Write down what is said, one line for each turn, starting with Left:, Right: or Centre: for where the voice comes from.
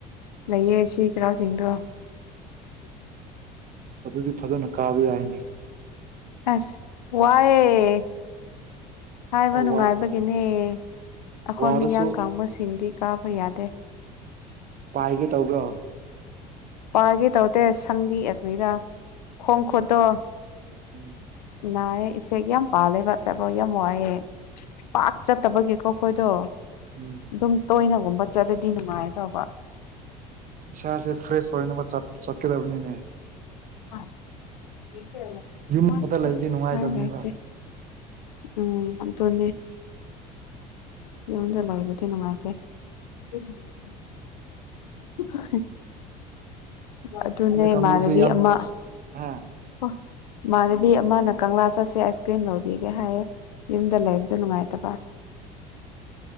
Left: ꯂꯩꯌꯦ ꯁꯤ ꯆꯩꯔꯥꯎꯆꯤꯡꯗꯣ
Right: ꯑꯗꯨꯗꯤ ꯐꯖꯅ ꯀꯥꯕ ꯌꯥꯏꯅꯦ
Left: ꯑꯁ ꯋꯥꯌꯦ ꯍꯥꯏꯕ
Right: ꯋꯥ
Left: ꯅꯨꯡꯉꯥꯏꯕꯒꯤꯅꯦ ꯑꯩꯈꯣꯏ
Right: ꯋꯥꯔꯁꯨ
Left: ꯃꯤꯌꯥꯡ ꯀꯥꯡꯕꯨꯁꯤꯡꯗꯤ ꯀꯥꯕ ꯌꯥꯗꯦ
Right: ꯄꯥꯏꯒꯦ ꯇꯧꯕ꯭ꯔꯣ
Left: ꯄꯥꯏꯒꯦ ꯇꯧꯗꯦ ꯁꯪꯂꯤ ꯑꯦꯕꯩꯔꯥ ꯈꯣꯡ ꯈꯨꯠꯇꯣ
Right: ꯎꯝ
Left: ꯅꯥꯏꯌꯦ ꯏꯐꯦꯛ ꯌꯥꯝ ꯄꯥꯜꯂꯦꯕ ꯆꯥꯕ ꯌꯥꯝ ꯋꯥꯏꯌꯦ <unintelligible> ꯄꯥꯠ ꯆꯠꯇꯕꯒꯤꯀꯣ ꯑꯩꯈꯣꯏꯗꯣ
Right: ꯎꯝ
Left: ꯗꯨꯝ ꯇꯣꯏꯅꯒꯨꯝꯕ ꯆꯠꯂꯗꯤ ꯅꯨꯡꯉꯥꯏꯒꯗꯧꯕ
Right: ꯏꯁꯥꯁꯦ ꯐ꯭ꯔꯦꯁ ꯑꯣꯏꯅꯕ ꯆꯠ ꯆꯠꯀꯗꯕꯅꯤꯅꯦ
Left: <inaudible>
Right: ꯌꯨꯝ ꯑꯃꯗ ꯂꯩꯗꯤ ꯅꯨꯡꯉꯥꯏꯒꯗꯕꯅꯦꯕꯥ
Left: ꯎꯄꯥꯏ ꯂꯩꯇꯦ ꯎꯝ ꯑꯗꯨꯅꯦ ꯌꯨꯝꯗ ꯂꯩꯕꯗꯤ ꯅꯨꯡꯉꯥꯏꯇꯦ <unintelligible> <unintelligible> ꯑꯗꯨꯅꯦ
Right: ꯅꯣꯏ ꯀꯥꯡꯕꯨꯁꯦ
Left: ꯏꯃꯥꯟꯅꯕꯤ
Right: ꯌꯥꯝ
Left: ꯑꯃ
Right: ꯍꯥ
Left: ꯑꯣ ꯏꯃꯥꯟꯅꯕꯤ ꯑꯃꯅ ꯀꯪꯂꯥ ꯆꯠꯁꯦ ꯑꯥꯏꯁ ꯀ꯭ꯔꯤꯝ ꯂꯧꯕꯤꯒꯦ ꯍꯥꯏꯌꯦ ꯌꯨꯝꯗ ꯂꯩꯕꯗꯣ ꯅꯨꯡꯉꯥꯏꯇꯕ